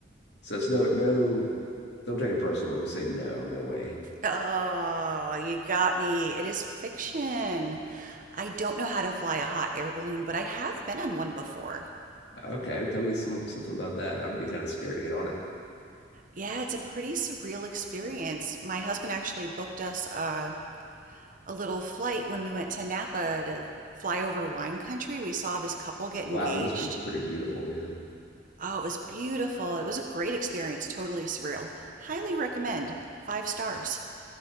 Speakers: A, on the left; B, on the right.
A: So it's no no. Don't take it personal. I'm just saying no, no way.
B: Oh, you got me. It is fiction. I don't know how to fly a hot air balloon, but I have been on one before.
A: Okay, tell me some something about that. I would be kind of scared to get on it.
B: Yeah, it's a pretty surreal experience. My husband actually booked us a, a little flight when we went to Napa to fly over wine country. We saw this couple get engaged.
A: Wow, that must be pretty beautiful. Yeah.
B: Oh, it was beautiful. It was a great experience, totally surreal. Highly recommend. Five stars.